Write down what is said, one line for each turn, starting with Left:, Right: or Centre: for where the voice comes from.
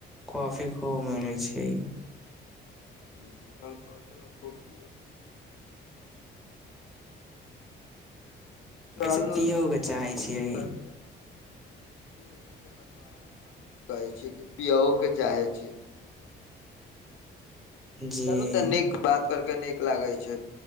Centre: कॉफी खूब मिलै छै।
Left: दोकान <unintelligible> ने खुब पिबै चलू
Centre: एहिस पियौ
Left: तऽ अहाँसँ
Centre: के चाहै
Left: बात
Centre: छियै
Left: करके जी ई तऽ बतबा अहाँ एकदम नीक कहे छी कि पियओ के चाहे छी
Centre: जे
Left: चलू तऽ नीक बात करके नीक लागै छै।